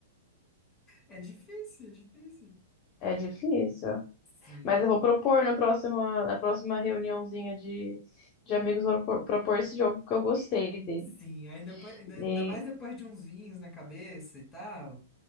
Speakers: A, on the left; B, on the left.
A: É difícil, é difícil.
B: É difícil.
A: Sim,
B: Mas eu vou propor na próxima, na próxima reuniãozinha de, de amigos, vou propor, propor esse jogo, porque eu gostei dele.
A: sim, ainda, pa- ainda
B: E-
A: ainda mais depois de uns vinhos na cabeça e tal.